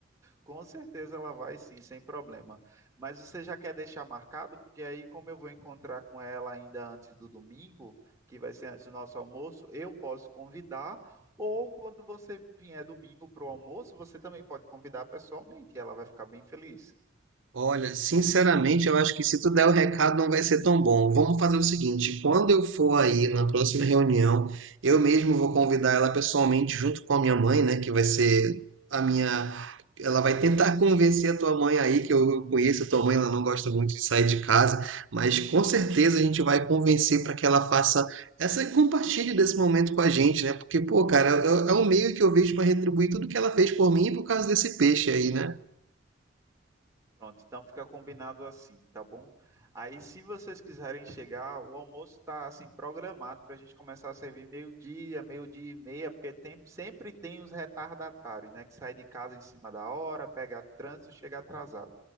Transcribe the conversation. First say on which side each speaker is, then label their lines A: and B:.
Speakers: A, on the right; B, on the right.
A: Com certeza ela vai sim, sem problema. Mas você já quer deixar marcado? Porque aí, como eu vou encontrar com ela ainda antes do domingo, que vai ser antes do nosso almoço, eu posso convidar. Ou quando você vier domingo para o almoço, você também pode convidar pessoalmente. e Ela vai ficar bem feliz.
B: Olha, sinceramente, eu acho que se tu der o recado não vai ser tão bom. Vamos fazer o seguinte, quando eu for aí na próxima reunião, eu mesmo vou convidar ela pessoalmente junto com a minha mãe, né, que vai ser a minha ela vai tentar <laughs> convencer a tua mãe aí, que eu conheço a tua mãe, ela não gosta muito de sair de casa, mas com certeza a gente vai convencer para que ela faça essa compartilhe desse momento com a gente, né? Porque, pô, cara, é é um meio que eu vejo para retribuir tudo que ela fez por mim por causa desse peixe aí, né?
A: Pronto, então fica combinado assim, tá bom? Aí, se vocês quiserem chegar, o almoço está assim programado para a gente começar a servir meio-dia, meio-dia e meia, porque tem, sempre tem os retardatários, né? Que sai de casa em cima da hora, pega trânsito, chega atrasado.